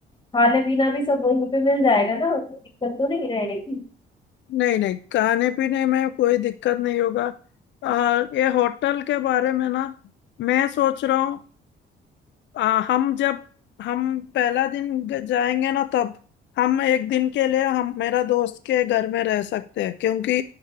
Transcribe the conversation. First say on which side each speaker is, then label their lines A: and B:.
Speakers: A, on the left; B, on the left.
A: खाना पीना भी सब वहीं पे मिल जाएगा ना तो दिक्कत तो नहीं रहेगी
B: नहीं नहीं खाने पीने में कोई दिक्कत नहीं होगा आ, ये होटल के बारे में ना मैं सोच रहा हूँ आ, हम जब हम पहला दिन ग- जाएंगे ना तब हम एक दिन के लिए हम मेरा दोस्त के घर में रह सकते हैं क्योंकि